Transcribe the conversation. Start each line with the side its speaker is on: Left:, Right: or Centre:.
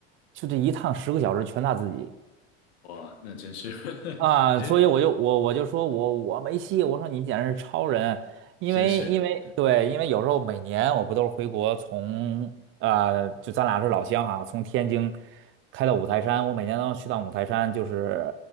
Right: 就这一趟十个小时全他自己
Left: 哇，那真是，<laughs>
Right: 啊，
Left: 真
Right: 所以我就我我就说我我没戏，我说你简直是超人，因为因为对，
Left: 真是，
Right: 因为有时候每年我不都是回国从呃就咱俩是老乡哈、从天津开到五台山，我每年都要去趟五台山，就是